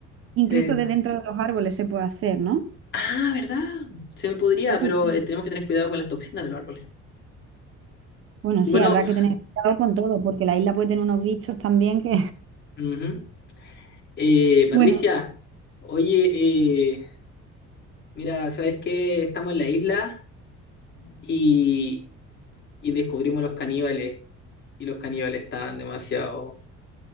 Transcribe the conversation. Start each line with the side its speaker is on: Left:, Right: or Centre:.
Right: Incluso
Left: Eh,
Right: de dentro de los árboles se puede hacer, ¿no?
Left: ah, ¿verdad? Se me podría,
Right: Creo
Left: pero
Right: que sí.
Left: eh, tenemos que tener cuidado con las toxinas de los árboles.
Right: Bueno,
Left: Bueno,
Right: sí, habrá que tener cuidado con todo, porque la isla puede tener unos bichos también que,
Left: ujú. Eh, Patricia,
Right: <laughs> bueno,
Left: oye, eh, mira, ¿sabes qué? Estamos en la isla y, y descubrimos los caníbales y los caníbales estaban demasiado...